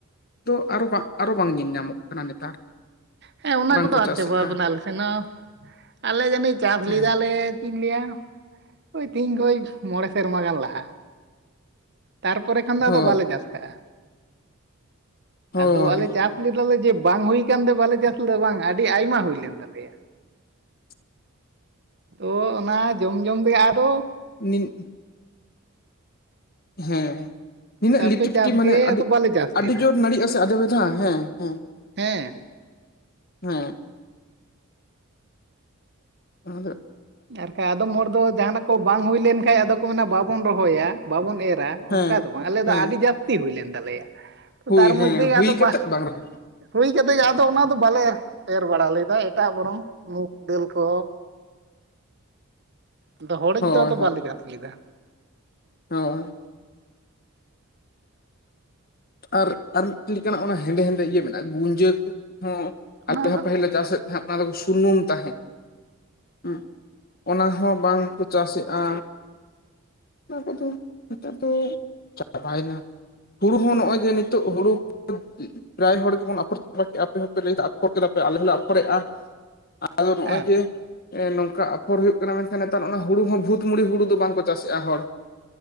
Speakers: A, on the left; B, on the right.
A: ᱫᱚ ᱟᱨᱚ ᱵᱟᱝ ᱟᱨᱚ ᱵᱟᱝ ᱧᱮᱞ ᱧᱟᱢᱚᱜ ᱠᱟᱱᱟ ᱱᱮᱛᱟᱨ
B: ᱦᱮᱸ ᱚᱱᱟ
A: ᱵᱟᱝᱠᱚ
B: ᱠᱚᱫᱚ ᱟᱫ
A: ᱪᱟᱥᱮᱜᱼᱟ
B: ᱪᱟᱵᱟᱣ ᱠᱟᱱᱟ ᱟᱞᱮ ᱥᱮᱱᱦᱚᱸ ᱟᱞᱮ ᱡᱟᱹᱱᱤᱡ ᱪᱟᱥ
A: ᱦᱮᱸ
B: ᱞᱮᱫᱟᱞᱮ ᱤᱧ ᱞᱟᱹᱭᱟ ᱳᱭ ᱛᱤᱦᱤᱧ ᱠᱷᱚᱡ ᱢᱚᱸᱬᱮ ᱥᱮᱨᱢᱟ ᱜᱟᱱ ᱞᱟᱦᱟ ᱛᱟᱨᱯᱚᱨᱮ ᱠᱷᱟᱱ ᱫᱚ
A: ᱦᱳᱭ
B: ᱟᱫᱚ ᱵᱟᱞᱮ ᱪᱟᱥ ᱠᱟᱜᱼᱟ
A: ᱦᱳᱭ
B: ᱟᱫᱚ ᱟᱞᱮ ᱪᱟᱥ ᱞᱟᱹᱭ ᱫᱟᱞᱮ ᱡᱮ ᱵᱟᱝ ᱦᱩᱭ ᱠᱟᱱᱛᱮ ᱵᱟᱞᱮ ᱪᱟᱥ ᱞᱮᱫᱟ ᱵᱟᱝ ᱟᱹᱰᱤ ᱟᱭᱢᱟ ᱦᱩᱭ ᱞᱮᱱ ᱛᱟᱞᱮᱭᱟ
A: <unintelligible>
B: ᱛᱚ ᱚᱱᱟ ᱡᱚᱢ ᱡᱚᱢ ᱛᱮᱜᱮ ᱟᱨᱚ
A: ᱱᱤᱢ ᱦᱮᱸ ᱱᱤᱱᱟᱹᱜ
B: ᱛᱟᱨᱯᱚᱨᱮ
A: ᱞᱤᱴᱤᱯᱴᱤ
B: ᱪᱟᱥ
A: ᱢᱟᱱᱮ
B: ᱜᱮ
A: ᱟᱹᱰᱤ
B: ᱟᱫᱚ ᱵᱟᱞᱮ ᱪᱟᱥ
A: ᱟᱹᱰᱤ
B: ᱞᱮᱫᱟ
A: ᱡᱳᱨ ᱱᱟᱲᱤᱜᱼᱟ ᱥᱮ ᱟᱫᱷᱮ ᱵᱫᱷᱮ ᱦᱮᱸ ᱦᱮᱸ
B: ᱦᱮᱸ
A: ᱦᱮᱸ ᱟᱫᱚ
B: ᱟᱨ ᱠᱷᱟᱡ ᱟᱫᱚᱢ ᱦᱚᱲ ᱫᱚ ᱡᱟᱦᱟᱱᱼᱟᱜ ᱠᱚ ᱵᱟᱝ ᱦᱩᱭ ᱞᱮᱱ ᱠᱷᱟᱡ ᱟᱫᱚ ᱢᱮᱱᱟ ᱵᱟᱵᱚᱱ ᱨᱚᱦᱚᱭᱟ ᱵᱟᱵᱚᱱ ᱮᱨᱟ
A: ᱦᱮᱸ
B: ᱚᱱᱠᱟ ᱫᱚ ᱵᱟᱝ ᱟᱞᱮ
A: ᱦᱮᱸ
B: ᱫᱚ ᱟᱹᱰᱤ ᱡᱟᱹᱥᱛᱤ ᱦᱩᱭ ᱞᱮᱱ ᱛᱟᱞᱮᱭᱟ ᱛᱚ
A: ᱦᱩᱭ
B: ᱛᱟᱨ
A: ᱦᱮᱸ
B: ᱢᱚᱫᱫᱷᱮ ᱜᱮ
A: ᱦᱩᱭ
B: ᱮᱫᱚ
A: ᱠᱟᱛᱮᱫ
B: ᱵᱟ
A: ᱵᱟᱝ ᱨᱚᱦᱚᱭ
B: ᱦᱩᱭ ᱠᱟᱛᱮ ᱡᱟᱦᱟᱸ ᱫᱚ ᱚᱱᱟ ᱫᱚ ᱵᱟᱞᱮ ᱮᱨ ᱮᱨ ᱵᱟᱲᱟᱭᱟ ᱞᱟᱹᱭ ᱫᱟᱭ ᱮᱴᱟᱜ ᱵᱚᱨᱚᱝ ᱢᱩᱠ ᱫᱟᱹᱞ ᱠᱚ ᱟᱫᱚ ᱦᱚᱲᱮᱡ
A: ᱦᱳᱭ
B: ᱫᱚ ᱟᱫᱚ ᱵᱟᱞᱮ ᱪᱟᱥ ᱞᱮᱫᱟ
A: ᱦᱩᱸ ᱟᱨ ᱟᱨ ᱢᱤᱫ ᱞᱮᱠᱟᱱᱼᱟᱜ ᱚᱱᱟ ᱦᱮᱸᱫᱮ ᱦᱮᱸᱫᱮ ᱤᱭᱟᱹ ᱢᱮᱱᱟᱜᱼᱟ ᱜᱩᱡᱟᱹ ᱠᱚᱦᱚᱸ ᱟᱞᱮ
B: ᱚᱱᱟ ᱫᱚ
A: ᱯᱟᱦᱤᱞ ᱞᱮ ᱪᱟᱥ ᱮᱫ ᱛᱟᱦᱮᱸᱫ ᱚᱱᱟ ᱫᱚᱠᱚ ᱥᱩᱱᱩᱢ ᱛᱟᱦᱮᱸᱫ ᱦᱮᱸ ᱚᱱᱟ ᱦᱚᱸ ᱵᱟᱝᱠᱚ ᱪᱟᱥᱮᱜᱼᱟ ᱚᱱᱟ ᱠᱚᱫᱚ ᱱᱮᱛᱟᱨ ᱫᱚ ᱪᱟᱵᱟᱭ ᱮᱱᱟ ᱦᱩᱲᱩ ᱦᱚᱸ ᱱᱚᱜᱼᱚᱭ ᱡᱮ ᱱᱤᱛᱚᱜ ᱦᱩᱲᱩ ᱯᱨᱟᱭ ᱦᱚᱲ ᱜᱮᱵᱚᱱ ᱟᱯᱷᱚᱨ ᱪᱟᱵᱟ ᱠᱮᱜᱼᱟ ᱟᱯᱮ ᱦᱚᱸᱯᱮ ᱞᱟᱹᱭᱟ ᱟᱯᱷᱚᱨ ᱠᱮᱫᱟ ᱯᱮ ᱟᱞᱮ ᱦᱚᱸᱞᱮ ᱟᱯᱷᱚᱨᱮᱜᱼᱟ ᱟᱞᱮ ᱱᱚᱸᱜᱼᱚᱭ
B: ᱦᱮᱸ
A: ᱡᱮ ᱱᱚᱝᱠᱟ ᱟᱯᱷᱚᱨ ᱦᱩᱭᱩᱜ ᱠᱟᱱᱟ ᱢᱮᱱᱠᱷᱟᱱ ᱱᱮᱛᱟᱨ ᱚᱱᱟ ᱦᱩᱲᱩ ᱦᱚᱸ ᱵᱷᱩᱛ ᱢᱩᱲᱤ ᱦᱩᱲᱩ ᱫᱚ ᱵᱟᱝᱠᱚ ᱪᱟᱥᱮᱜᱼᱟ ᱦᱚᱲ